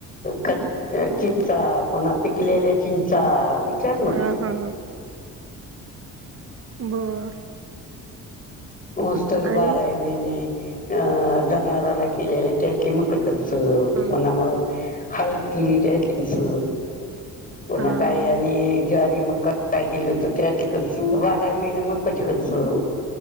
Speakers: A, on the left (about 25°); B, on the right (about 45°).
A: क च्या चिंचा, पुन्हा पिकलेल्या चिंचा. विचार नको.
B: हा हा हम बर.
A: ऊस तर
B: आणि
A: बाराही महिने, अ जनावराला केलेले त्यातले मक कण. स
B: हम्म
A: म्हणा
B: हम्म
A: मग, हळद केली त्यातली स कोणा
B: हा
A: काय,
B: हा
A: आणि
B: हा
A: ज्वारी मग काय केलं होत त्यातली, कणसं बाराही महिने मक्काची कणसं.